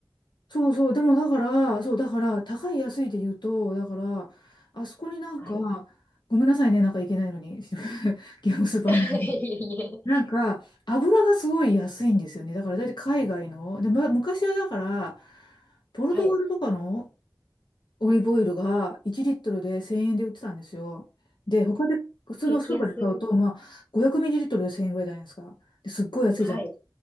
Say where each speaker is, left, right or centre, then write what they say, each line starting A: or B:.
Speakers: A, on the left; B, on the left.
A: そうそう。でもだから、そう、だから、高い安いで言うと、だから、あそこになんか、
B: はい。
A: ごめんなさいね、なんかいけないのに、<laughs> ゲームスーパーなんで
B: <laughs> いえいえ。
A: なんか、油がすごい安いんですよね。だから、だいたい海外の。で、ま、昔はだから、ポルトガルとかの
B: はい。
A: オリーブオイルが1リットルで1000円で売ってたんですよ。で、他で、普通のスーパーで買うと、
B: 激安。
A: まあ、500ミリリットルで1000円ぐらいじゃないですか。ですっごい安いじゃん。
B: はい。